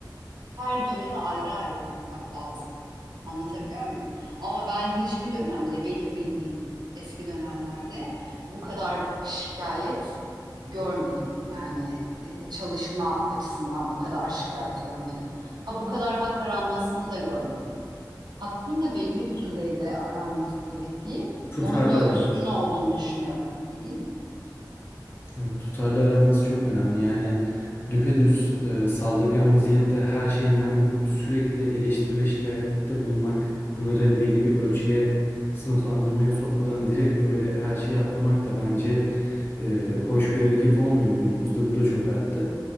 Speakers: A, on the right; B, on the left.
A: her dönemi ayrı ayrı okumak lazım. Anlatabiliyor muyum? Ama ben hiçbir dönemde benim bildiğim eski dönemlerde bu kadar şikayet görmedim. Yani e, çalışma açısından bu kadar şikayet görmedim. Ha bu kadar hak aranmasını da görmedim. Hakkın da belli bir düzeyde aranması gerektiği,
B: Tutarlı
A: onun da
B: aramız.
A: ölçüsünün olduğunu düşünüyorum. Hı hı.
B: Evet, tutarlı aramız çok önemli. Yani düpedüz e, saldırgan vaziyette her şeye nem kapıp sürekli eleştiri ve şikayette bulunmak, bunları hani belli bir ölçüye sınıflandırmaya sokmadan direkt böyle her şeye atlamak da bence e, hoş bir hareket olmuyor günümüzde. Bu da çok arttı.